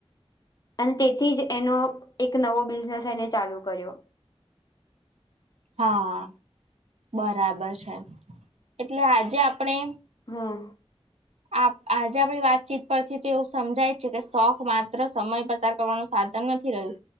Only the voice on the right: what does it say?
હા બરાબર છે એટલે આજે આપણે
આપ આજે આપણી વાતચીત પરથી તો એવું સમજાય છે કે શોખ માત્ર સમય પસાર કરવાનું સાધન નથી રહ્યું